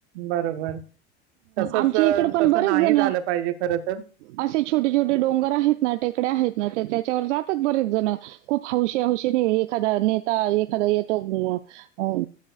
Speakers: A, on the right (about 70°); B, on the right (about 80°).
A: बरोबर. तसंच
B: आमची
A: अ,
B: इकडे पण
A: तसं
B: बरेच
A: नाही
B: जण
A: झालं पाहिजे खरं तर.
B: असे छोटे छोटे डोंगर आहेत. ना टेकड्या आहेत ना त्याच्यावर जातात बरेच जण खूप हौशी हौशीने एखादा नेता एखादा येतो अ